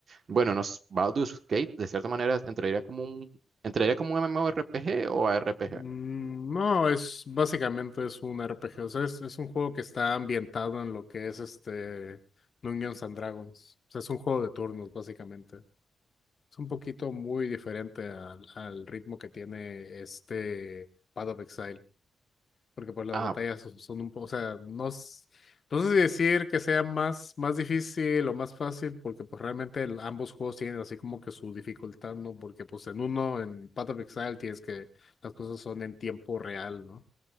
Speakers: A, on the right; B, on the left.
A: bueno, nos, Baldur's Gate, de cierta manera, entraría como un, entraría como un MMORPG o ARPG.
B: Mm, No, es básicamente es un R P G, o sea, es, es un juego que está ambientado en lo que es este Dungeons and Dragons. O sea, es un juego de turnos, básicamente. Es un poquito muy diferente al, al ritmo que tiene este Path of Exile porque pues las
A: Ah,
B: batallas son son un poco, o sea, no, s- no sé si decir que sea más, más difícil o más fácil, porque pues realmente el- ambos juegos tienen así como que su dificultad, ¿no? Porque pues en uno, en Path of Exile, tienes que las cosas son en tiempo real, ¿no?